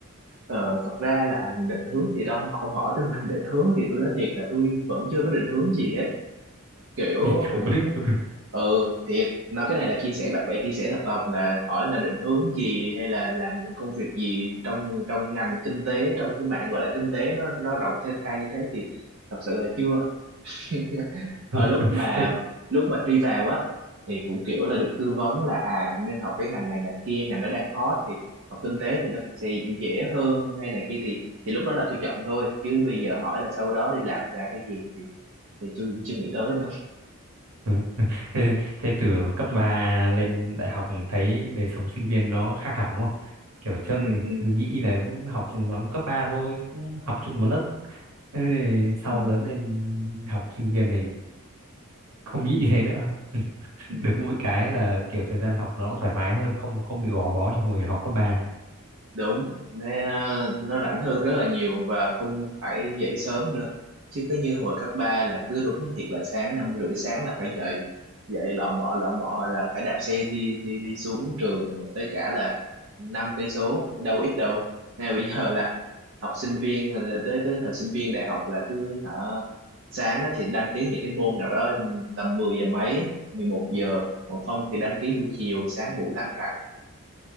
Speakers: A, on the right (about 55°); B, on the right (about 85°).
A: ờ, thật ra là định hướng thì ông ông hỏi tôi về định hướng thì tôi nói thiệt là tôi vẫn chưa có định hướng gì hết kiểu
B: Ui, chưa
A: cũng
B: có định hướng.
A: ừ thiệt nói cái này là chia sẻ bạn bè chia sẻ thật lòng là hỏi là định hướng gì hay là làm những công việc gì trong trong ngành kinh tế trong cái mạng gọi là kinh tế nó nó rộng thênh thang như thế thì thật sự là chưa <laughs> hồi
B: <laughs>
A: lúc mà
B: Thế
A: lúc mà thi vào á thì cũng kiểu là được tư vấn là à nên học cái ngành này ngành kia ngành đó đang hot thì học kinh tế thì nó cũng sẽ dễ hơn hay này kia thì thì lúc đó là tôi chọn thôi chứ bây giờ hỏi là sau đó đi làm ra cái gì thì thì tôi cũng chưa nghĩ tới nữa
B: ừ, thế thế từ cấp 3 lên đại học thấy đời sống sinh viên nó khác hẳn đúng không? Kiểu trước
A: ừ ừ
B: cứ nghĩ là cũng học giống cấp 3 thôi, cũng học chung một lớp. Thế thì
A: Ừ,
B: sau lớn lên học sinh viên thì không nghĩ như thế nữa
A: ừ,
B: được mỗi cái là kiểu thời gian học nó cũng thoải mái hơn không không bị gò bó như hồi học cấp ba
A: đúng nó, nó rảnh hơn rất là nhiều và không phải dậy sớm nữa chứ cứ như hồi cấp 3 là cứ đúng thiệt là sáng năm rưỡi sáng là phải dậy dậy lọ mọ lọ mọ là phải đạp xe đi đi đi xuống trường tới cả là năm cây số đâu có ít đâu nên là bây giờ là học sinh viên là tới tới thời sinh viên đại học là cứ hả sáng á thì đăng ký những cái môn nào đó tầm 10 giờ mấy 11 giờ còn không thì đăng ký buổi chiều sáng ngủ thẳng cẳng